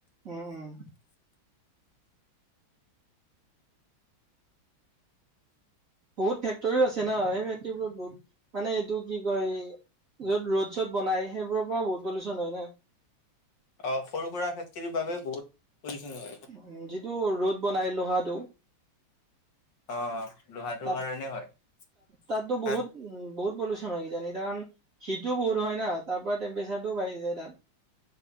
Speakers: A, on the right; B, on the left.
A: উম', উম'। বহুত ফেক্টৰীও আছে ন'। সেই ফেক্টৰীবোৰত বহুত মানে এইটো কি কয়? য'ত ৰদ-চদ বনাই সেইবোৰৰ পৰা বহুত পলিউচন হয় না।
B: অহ, সৰু-সুৰা ফেক্টৰীৰ বাবে বহুত পলিউচন হয়।
A: উম, যিটো ৰদ বনাই লোহাটো।
B: অহ, লোহাটোৰ
A: তাত
B: কাৰণে হয়। তাত
A: তাততো বহুত উম, বহুত পলিউচন হয় কিজানিয়া কাৰণ হীতটো বহুত হয় না, তাৰপৰা টেম্পেচাতোও বাঢ়ি যায় তাত।